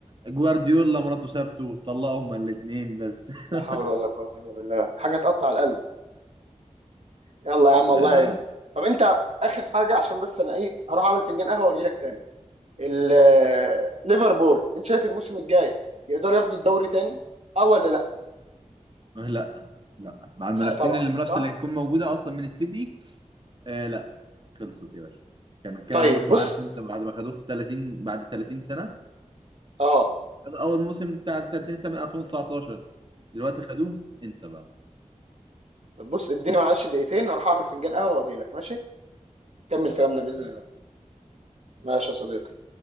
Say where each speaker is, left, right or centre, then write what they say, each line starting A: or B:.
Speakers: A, on the right; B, on the right.
A: جوارديولا مراته سابته طلقوا هما الاتنين بس
B: لا
A: <laughs>
B: حول ولا قوه الا بالله حاجه تقطع القلب يلا يا عم
A: آه،
B: الله يعينك طب انت اخر حاجه عشان بس انا ايه هروح اعمل فنجان قهوه واجي لك تاني ال- ليفربول انت شايف الموسم الجاي يقدر ياخد الدوري تاني اه ولا لا
A: لا لا مع المنافسين
B: لا طبعا
A: المنافسة
B: صح
A: اللي هتكون موجودة أصلا من السيتي آه، لا خلصت يا باشا كان كده
B: طيب
A: موسم
B: بص
A: عارف أنت بعد ما خدوه في 30 بعد 30 سنة
B: اه
A: خدوا اول موسم بتاع 30 سنه من 2019 دلوقتي خدوه انسى بقى
B: طب بص اديني معلش دقيقتين هروح اعمل فنجان قهوه واجي لك ماشي كمل
A: خلاص
B: كلامنا باذن الله ماشي يا صديقي